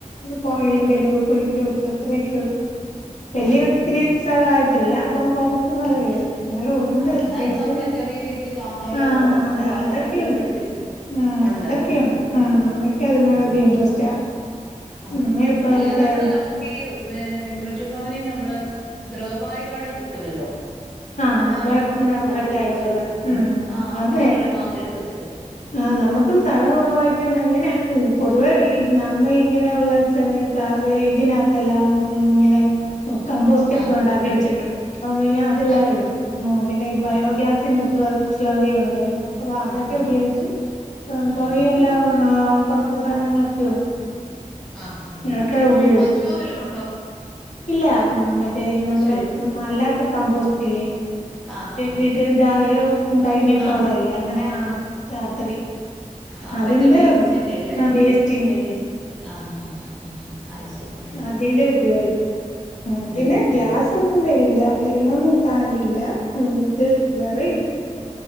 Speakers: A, on the left; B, in the centre.
A: പുറെ കിഎന്തെേലുമ ഒക്കെ കുഴിച്ച് വയ്ക്കു അത്രയൊക്കെ ഉള്ളൂ വലിയ
B: ആഹ്
A: ഒത്തിരി
B: ആഹ്
A: സ്ഥലമായിട്ടില്ല ഇപ്പം കൊറച്ച് സ്ഥലമേ
B: ആഹ് ആഹ്
A: ഉള്ളു എന്നാലു ഉണ്ട്
B: ആഹ്
A: അത്യാവശ്യം
B: എന്നാലും നമ്മള് ചെറിയ രീതിയിൽ കാന്താരിയോ
A: ആ
B: പച്ചമുളകോള
A: അതെ
B: അങ്ങനെയൊക്കെ
A: അതൊക്കെയുണ്ട്
B: വെച്ച് പടിപ്പിച്ചിട്ടുണ്ടോ
A: ഉം
B: ഉണ്ട്
A: അതൊക്കെയുണ്ട്
B: ആ
A: അമ്മയ്ക്ക്
B: ആ
A: അതിനോടൊക്കെ
B: ആ
A: ഇൻട്രസ്റ്റാ
B: ആഹ
A: ഉമ്മ ഇപ്പൊ
B: അല്ലെ
A: അതൊക്കെ
B: നമ്മള് നമ്മുക്ക് ഈ വേറേ കൃഷിഭവനിന്ന് നമ്മള് ഗ്രോ ബായ്കോടെ കിട്ടുമല്ലോ
A: ആ
B: അതാകുമ്പോ
A: ബഡ്
B: നമുക്ക് അധികം സ്ഥലത്തിന്റെ
A: ബഡായിട്ടുള്ള
B: ആവശ്യമില്ല
A: ഉം
B: ആഹ് അങ്ങനെ
A: അത് നേരാ
B: കീഴ്പോങ് എടുക്കത്തിലെ
A: ആഹ് നമുക്ക് സ്ഥലം കുറവായിക്കണ്ട എങ്ങനെയ പൊതുവേ നമ്മ ഇങ്ങനെയുള്ള ചെറിയ കാർ ഇതിനകത്തെല്ലാം ഉ ഇങ്ങനെ കമ്പോസ്റ്റ് ഒക്കെ
B: ആഹ്
A: ഉണ്ടാക്കി വെച്ചിട്ടുണ്ട് അപ്പ പിന്നെ അതെല്ലാം
B: ആഹ്
A: എടുക്കും പിന്നെ ഈ ബയോഗ്യാസിന്റെ
B: ആഹ് ആഹ്
A: സ് സ്ലറിയുണ്ട് അപ്പൊ അതൊക്കെ
B: ആഹ്
A: ഉപയോഗിച്ച് കുയെ
B: ആഹ് ആഹ്
A: എല്ലാം ആ കൊറച്ച് സാധനങ്ങളൊക്കെ ഉണ്ട്
B: ആഹാ ആ
A: അതൊക്കെ ഉപയോഗിക്കും
B: പശുവോ വല്ലോ ഉണ്ടോ
A: ഇല്ല മറ്റേ
B: പശുവില്ല
A: നമ്മുടെ മല്ലാത്ത കമ്പോസ്റ്റില്ലേ
B: ആഹ് ആഹ്
A: വീട്ടിൽ ഗറി യോ കഴിഞ്ഞിട്ടുള്ള
B: ആഹ്
A: ഇല്ലേ അങ്ങനെ ആ രാത്രി
B: ആഹ
A: അതിന്റെ
B: മറ്റേ വേസ്റ്റിന്റെ അല്ലേ
A: ആ വേസ്റ്റിന്റെ വേസ്റ്റിന്റെ
B: ആഹ ആഹ് ആ ആയി ശരി
A: അതിന്റെ ഉപയോഗിക്കും അതിന്
B: ഉപയോഗിക്കുന്നു
A: ഗ്യാസ്ഒന്നും വരില്ല ഫ്ലെയിം ഒന്നും കഴല്ല ഇത് സളറി കിട്ടു